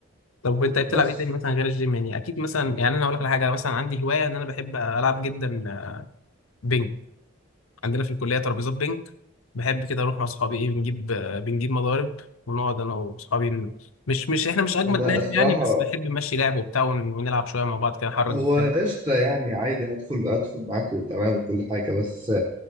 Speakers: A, on the left; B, on the right.
A: طب وانت بتلعب
B: بس
A: ايه تاني مثلا غير الجيم يعني اكيد مثلا يعني انا هقول لك على حاجه مثلا عندي هوايه ان انا بحب العب جدا بينج عندنا في الكلية ترابيزات بينج بحب كده أروح مع أصحابي إيه بنجيب آه، بنجيب مضارب ونقعد أنا وأصحابي ن- مش مش إحنا مش أجمد
B: لا
A: ناس
B: الصراحة
A: يعني بس بنحب نمشي لعب وبتاع ون- ونلعب شوية مع بعض كده نحرك
B: هو
A: جسمنا
B: قشطة يعني عادي هدخل هدخل معاك وتمام وكل حاجة بس